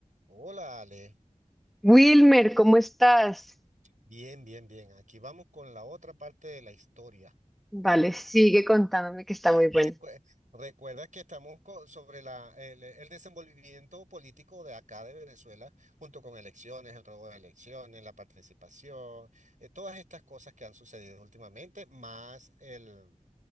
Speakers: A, on the right; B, in the centre.
A: Hola, Ale.
B: Wilmer, ¿cómo estás?
A: Bien, bien, bien. Aquí vamos con la otra parte de la historia.
B: Vale, sigue contándome que está muy bueno.
A: Recue- recuerda que estamos co- sobre la, el, el desenvolvimiento político de acá de Venezuela, junto con elecciones, el robo de elecciones, la participación, eh, todas estas cosas que han sucedido últimamente, más el,